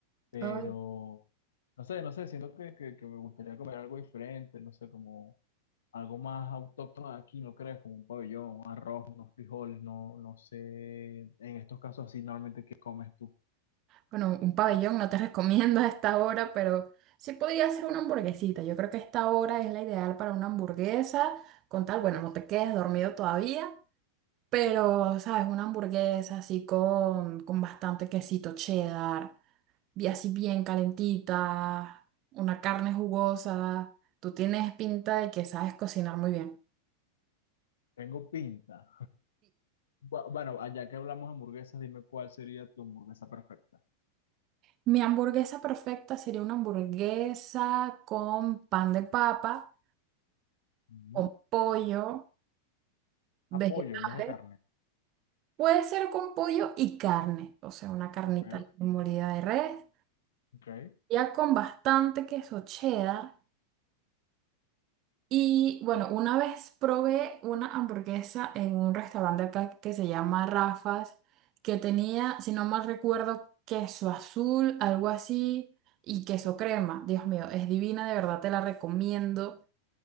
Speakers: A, on the left; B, on the right.
A: Pero
B: Ay,
A: no sé, no sé, siento que, que, que me gustaría comer algo diferente, no sé, como algo más autóctono de aquí, ¿no crees? Como un pabellón, un arroz, unos frijoles, no, no sé, en estos casos así, normalmente, ¿qué comes tú?
B: bueno, un pabellón no te <laughs> recomiendo a esta hora, pero sí podría ser una hamburguesita. Yo creo que esta hora es la ideal para una hamburguesa, con tal, bueno, no te quedes dormido todavía, pero, ¿sabes? Una hamburguesa así con, con bastante quesito cheddar, y así bien calentita, una carne jugosa. Tú tienes pinta de que sabes cocinar muy bien.
A: Tengo pinta. Bu- Bueno, allá que hablamos de hamburguesas, dime cuál sería tu hamburguesa perfecta.
B: Mi hamburguesa perfecta sería una hamburguesa con pan de papa,
A: Ujú.
B: con pollo, vegetales.
A: A pollo en vez de carne.
B: Puede ser con pollo y carne, o sea, una carnita
A: Ok,
B: molida de res,
A: ok.
B: ya con bastante queso cheddar. Y bueno, una vez probé una hamburguesa en un restaurante acá que se llama Rafa's, que tenía, si no mal recuerdo, queso azul, algo así, y queso crema. Dios mío, es divina, de verdad te la recomiendo.